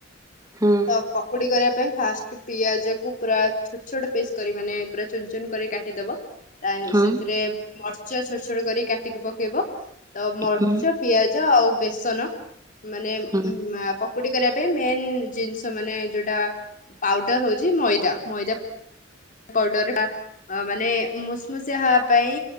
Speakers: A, on the right (about 20°); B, on the left (about 45°).
A: ହଁ
B: ତ ପକୁଡି କରିବା ପାଇଁ ଫାଷ୍ଟ ପିଆଜ କୁ ପୁରା ଛୋଟ୍ ଛୋଟ୍ ପିସ୍ କରି ମାନେ ପୁରା ଚୁନ୍ ଚୁନ୍ କରି କାଟିଦବ। ତା
A: ହଁ
B: ସେଥିରେ
A: ହଁ
B: ମର୍ଚ ଛୋଟ୍ ଛୋଟ୍ କରି କାଟିକି ପକେଇବ ତ ମର୍ଚ
A: ହଁ
B: ପିଆଜ ଆଉ ବେସନ ମାନେ
A: ହୁଁ
B: ପକୁଡ଼ି କରିବା ପାଇଁ ମେନ୍ ଜିନିଷ ମାନେ ଯୋଉଟା ପାଉଡର୍ ହୋଉଛି ମଇଦା, ମଇଦା ବର୍ଡର ହା ଅ ମାନେ ମୁଷ୍ ମୁସିିଆ ହବା ପାଇଁ